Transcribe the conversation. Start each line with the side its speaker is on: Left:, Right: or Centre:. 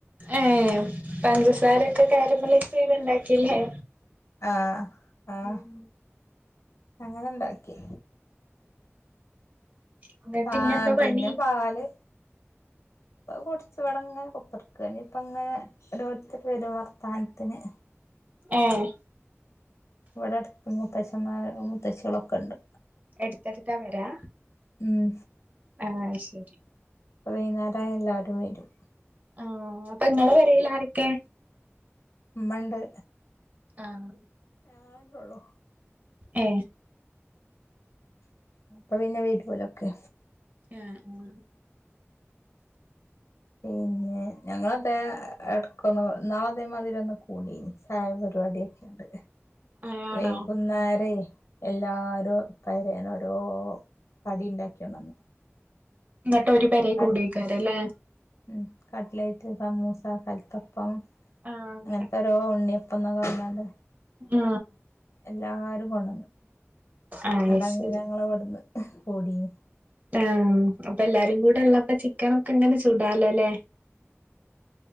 Right: ഏഹ് പഞ്ചസാരൊക്കെ ക്യാരമലയ്സ് ചെയ്ത് ഇണ്ടാക്കില്ലേ
Left: ആഹ് ആഹ്
Right: ഉം
Left: അങ്ങനെണ്ടാക്കി
Right: എന്നിട്ട്
Left: ആഹ്
Right: ഇഞ്ഞെന്താ
Left: പിന്നെ
Right: പണി?
Left: പാല് അഅ് കുട്ച്ച് ഇവ്ടെങ്ങനെ കുത്തേർക്കാ ഇപ്പ അങ്ങനെ ഓരോരുത്തർ വരും വർത്താനത്തിന്
Right: ആഹ്
Left: ഇവിടെ അടുത്ത് മൂത്തശൻമാര് മൂത്തശികളൊക്കെ ഉണ്ട്
Right: എടുത്തെടുത്താ പെരാ
Left: ഉം
Right: ആഹ് അയ്ശരി
Left: അപ്പ വൈുന്നേരം എല്ലാരും വരും
Right: ആഹ അപ്പൊ നിങ്ങളെ പെരെല് ആരൊക്കെ
Left: ഉമ്മണ്ട്
Right: ആഹ്
Left: <inaudible>
Right: ഏ
Left: അപ്പൊ പിന്നെ വീട്ട്ല്ലോലൊക്കെ
Right: ആഹ് ആ
Left: ഓ പിന്നെ ഞങ്ങള അതെ ഇടക്കൊന്ന് എന്നാള അതേമാതിരി ഒന്ന് കൂടിനി ചായപരിപാടിയൊക്കെണ്ട്
Right: ഏഹ് ആണോ
Left: വൈകുന്നേരേ എല്ലാരും പെരേൽ ഓരോ കടി ഉണ്ടാക്കിയോണ്ടന്ന്
Right: ഇന്നട്ട് ഒരു പെരേ
Left: ക
Right: കൂടേക്കാരല്ലേ?
Left: ഉം കട്ട്ലയിറ്റ് സമോസ കലത്തപ്പം
Right: ആഹ് അങ്ങനെ
Left: അങ്ങനത്തെ ഓരോ ഉണ്ണിയപ്പന്നൊക്കെ പറഞ്ഞോണ്ട്
Right: ആ
Left: എല്ലാരും കൊണ്ടന്ന്
Right: അയ്ശരി
Left: ഇന്നട്ട് ഞങ്ങളവിടുന്ന് <unintelligible> <unintelligible>
Right: ആഹ് അപ്പൊ എല്ലാരും കൂടെള്ളപ്പ ചിക്കാനൊക്കെ ഇങ്ങനെ ചൂടാലോല്ലേ